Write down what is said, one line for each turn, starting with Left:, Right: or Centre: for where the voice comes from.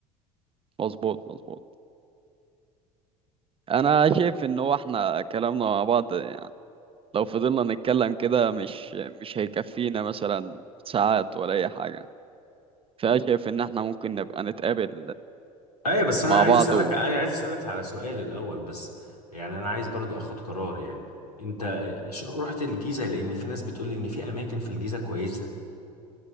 Right: مظبوط مظبوط انا شايف ان هو احنا كلامنا مع بعض يعني لو فضلنا نتكلم كده مش مش هيكفينا مثلا ساعات ولا اي حاجه فانا شايف ان احنا ممكن نبقى نتقابل
Left: أيوة بس أنا
Right: مع
Left: عايز
Right: بعض
Left: أسألك
Right: و...
Left: أنا عايز أسألك على سؤال الأول بس يعني أنا عايز برضو أخد قرار يعني أنت شو- رحت الجيزة لأن في ناس بتقولي إن في أماكن في الجيزة كويسة